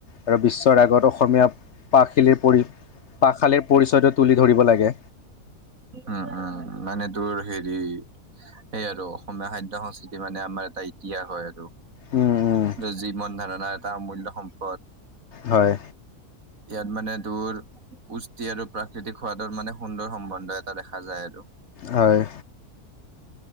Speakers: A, on the left; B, on the right.
A: আৰু বিশ্বৰ আগত অসমীয়া পাশিলিৰ পৰি পাকশালীৰ পৰিচয়টো তুলি ধৰিব লাগে
B: উম, মানে। টোৰ হেৰি এই আৰু অসমীয়া খাদ্যয় সংস্কৃতি মানে আমাৰ এটা ইতিহাস হয়। আৰু
A: উম, উম।
B: জীৱন ধাৰণা এটা অমূল্য সম্পদ।
A: হয়
B: ইয়াত মানে টোৰ পুষ্টি আৰু প্ৰাকৃতিক সোৱাদৰ মানে সুন্দৰ সম্বন্ধ এটা দেখা যায়। আৰু
A: হয়।